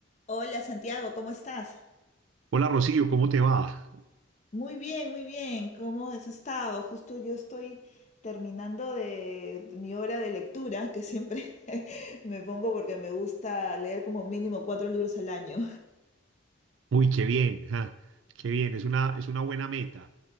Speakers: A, on the left; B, on the right.
A: Hola Santiago, ¿cómo estás?
B: Hola Rocío, ¿cómo te va?
A: Muy bien, muy bien. ¿Cómo has estado? Justo yo estoy terminando de mi hora de lectura, que siempre <laughs> me pongo porque me gusta leer como mínimo cuatro libros al año.
B: Uy, qué bien, ja, qué bien, es una, es una buena meta.